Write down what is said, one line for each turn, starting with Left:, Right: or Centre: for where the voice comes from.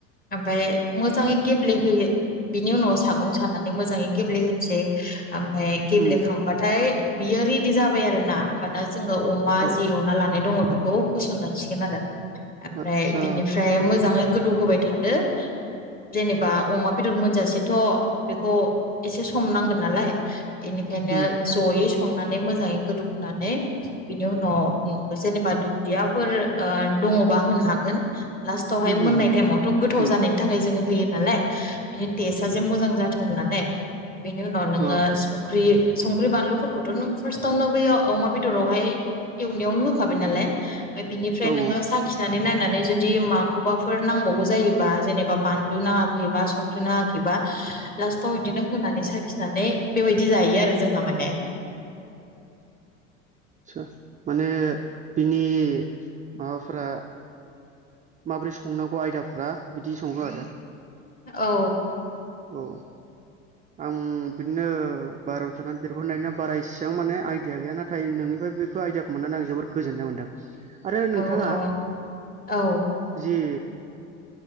Left: ओमफाय मोजाङै गेब्ले होयो। बिनि उनाव सागं सानानै मोजाङै गेब्ले होनसै। ओमफाय
Right: उम
Left: गेब्ले
Right: उम
Left: खांबाथाय बियो रेडि जाबाय आरो ना । जोङो अमा
Right: अ
Left: जि एवना लानाय दङ बेखौ होसन जासिगोन आरो। ओमफ्राय
Right: आदसा
Left: बिनि फ्राय मोजाङै गोदौ होबाय थादो। जेनेबा अमा बेदर मोनजा सेथ' बेखौ एसे सम नांगोन नालाय। बेनिखायनो
Right: उम
Left: ज'यै संनानै मोजाङै गोदौ होनानै बिनि उनाव जेनेबा दुन्दिया फोर ओ दङबा होनो हागोन। लास्टाव हाय
Right: उम
Left: मोननाय
Right: उम उम
Left: टाइमावथ' गोथाव
Right: औ
Left: जानायनि थाखाय जोङो होयो नालाय बिनि टेस्टआ जे मोजां जाथों होननानै बेनि उनाव नोङो
Right: अ
Left: संख्रि संख्रि बानलु फोरखौथ' नों फार्स्ट आवनो बैयो अमा बेदराव हाय एवनायावनो होखाबाय नालाय। बिनिफ्राय
Right: औ
Left: नोङो साखिना नायनानै जुदि माखौबा फोर नांबावौ जायोबा जेनेबा बानलु नाङाखै बा संख्रि नाङाखै बा लास्टाव इदिनो होनानै साखिनानै बेबायदि जायो आरो जोंहा माने।
Right: आतसा माने बिनि माबा फोरा माबोरै संनांगौ आयदाफ्रा बिदि सङो आरो?
Left: औ।
Right: औ आं बिदिनो बाहेराव थानानै देरबोनाय ना, बारा इसि बेसेबां माने आइडिया गैया, नाथाय नोंनिफ्राय बेखौ आइदियाखौ मोननानै आं जोबोद गोजोननाय मोनदों । आरो नोंथाङा
Left: औ औ औ
Right: जि